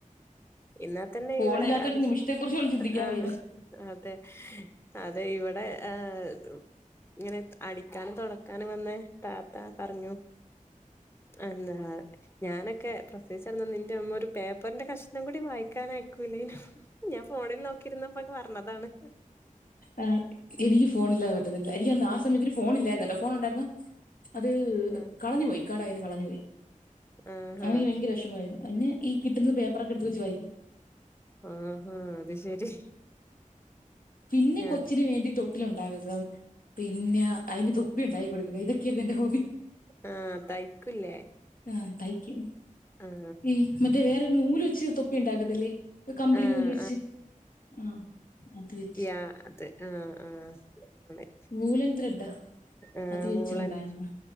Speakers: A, on the left; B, on the left.
A: ഇന്നാ തന്നെ
B: ഫോണില്ലാത്തൊരു
A: ഇവിടെ അടി
B: നിമിഷത്തെ കുറിച്ച് പോലും ചിന്തിക്കാൻ
A: ഹ ആഹ്
B: വയ്യ
A: അതെ അതെ ഇവിടെ ആഹ് ഇങ്ങനെ അടിക്കാനും തൊടക്കാനും വന്ന താത്ത പറഞ്ഞു അന്താ ഞാനൊക്കെ പ്രസവിച്ചെടന്നന്ന് നിന്റെ ഉ മ്മ ഒരു പേപ്പറിന്റെ കഷ്ണം കൂടി വായിക്കാനയക്കൂല്ലർന്നു ഞാൻ ഫോണിൽ നോക്കിരുന്നപ്പോ പറഞ്ഞതാണ്
B: ആഹ് എനിക്ക് ഫോൺ ഇല്ലാത പറ്റത്തില്ല എനിക്കന്ന് ആ സമയത്തിൽ ഫോണില്ലായിരുന്ന ട്ടോ ഫോൺ ഉണ്ടായിരുന്നു അത്
A: ആഹ്
B: കളഞ്ഞു പോയി ഇ ക്കാടെ കയിന്ന് കളഞ്ഞു പോയി
A: ആഹാ
B: അയില് ഭയങ്കര വെഷ് മായിരുന്നു പിന്നെ ഈ കിട്ടുന്ന പേപ്പറൊക്കെ എടുത്ത് വച്ച് വായിക്കും
A: ആഹ് ഹ അത് ശരി
B: പിന്നെ കൊച്ചിന്
A: ആഹ്
B: വേണ്ടി തൊ ട്ടിലൊണ്ടാക പിന്നെ അതിന് തൊപ്പി ഉണ്ടാക്കി കൊടുക്കും ഇതൊക്കെയായിരുന്നു എന്റെ ഹോബി
A: ആഹ് തയ്ക്കൂല്ലേ
B: ആഹ് തയ്ക്കും
A: ആഹ്
B: ഈ മറ്റേ വേറൊരു നൂല് വെച്ച് തൊപ്പി ഉണ്ടാക്കത്തില്ലേ ഇ കമ്പിളി
A: ആഹ്
B: നൂല് വെച്ച് ആ അത് വെ
A: ക്യാ അത് ആഹ് ആഹ് കമ്പിളി
B: നൂലും ത്രെഡാ
A: ആഹ്
B: അത് വെച്ചുണ്ടായിരുന്നു
A: ബൂളൻ